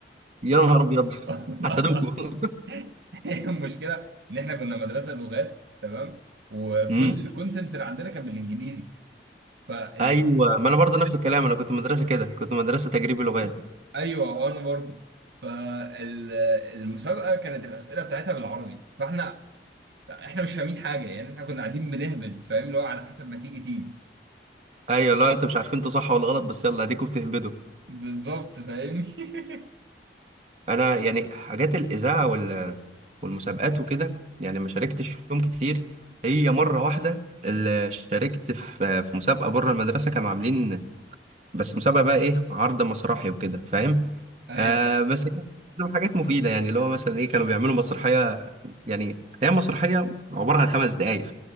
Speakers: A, on the right (about 40°); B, on the right (about 70°).
A: يا نهار ابيض <laughs>
B: <laughs>
A: حسدوكوا
B: هي المشكله ان احنا كنا مدرسه لغات تمام وكل
A: امم
B: الكونتنت اللي عندنا كان بالانجليزي فال...
A: ايوه ما انا برضه نفس الكلام انا كنت مدرسه كده كنت مدرسه تجريبي لغات
B: ايوه انا برضو فالمسابقه كانت الاسئله بتاعتها بالعربي فاحنا احنا مش فاهمين حاجه يعني احنا كنا قاعدين بنهبد فاهم اللي هو على حسب ما تيجي تيجي
A: ايوه لا انتوا مش عارفين انتوا صح ولا غلط بس يلا اديكوا بتهبدوا
B: بالظبط فاهمني <laughs>
A: انا يعني حاجات الاذاعه وال والمسابقات وكده يعني ما شاركتش فيهم كتير هي مره واحده اللي شاركت في في مسابقه بره المدرسه كانوا عاملين بس مسابقه بقى ايه عرض مسرحي وكده فاهم
B: ايوه
A: آه بس كانت حاجات مفيده يعني اللي هو مثلا ايه كانوا بيعملوا مسرحيه يعني هي مسرحيه عباره عن خمس دقائق